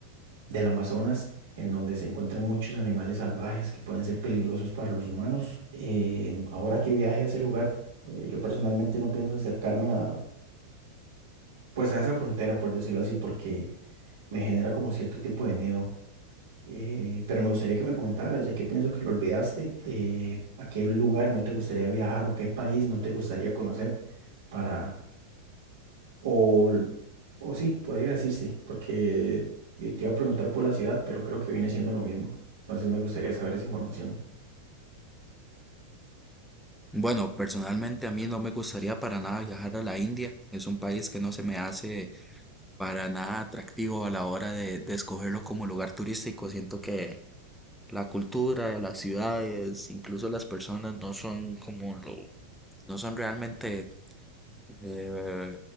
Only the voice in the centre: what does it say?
Bueno, personalmente a mí no me gustaría para nada viajar a la India. Es un país que no se me hace para nada atractivo a la hora de, de escogerlo como lugar turístico. Siento que la cultura, las ciudades, incluso las personas no son como lo, no son realmente eh,